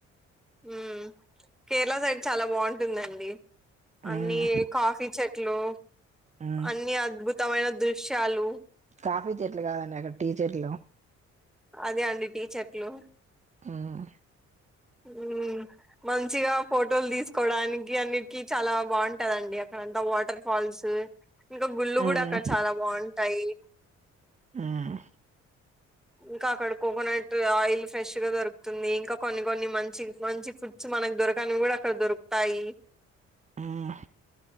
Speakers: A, in the centre; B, on the right.
A: ఉమ్ కేరళ సైడ్ చాలా బాగుంటుందండి. అన్ని
B: ఉమ్
A: కాఫీ చెట్ ట్ లో
B: ఉమ్
A: అన్ని అద్భుతమైన దృశ్యాలు
B: కాఫీ చెట్లు కాదండి అక్కడ టీ చెట్లు
A: అదే అండి టీ చెట్లు
B: ఉమ్
A: ఉమ్ మంచిగా ఫోటోలు తీసుకోడానికి అన్నిటికీ చాలా బాగుంటదండి అక్క అంతా వాటర్ ఫాల్స్ ఇంకా గుళ్ళు
B: ఉమ్
A: కూడా అక్కడ చాలా బాగుంటాయి.
B: ఉమ్
A: ఇంకా అక్కడ కోకోనట్ ఆయిల్ ఫ్రెష్ గా దొరుకుతుంది. ఇంకా కొన్ని కొన్ని మంచి మంచి ఫుడ్స్ మనక్ దొరకని కూడా అక్కడ దొరుకుతాయి.
B: ఉమ్